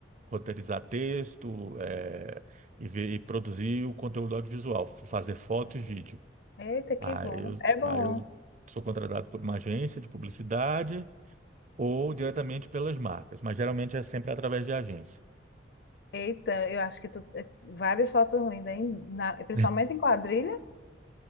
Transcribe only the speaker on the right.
roteirizar texto, eh, e, ver- e produzir o conteúdo audiovisual, fazer foto e vídeo.
Aí
eu,
aí eu sou contratado por uma agência de publicidade ou diretamente pelas marcas, mas geralmente é sempre através de agência.
<laughs>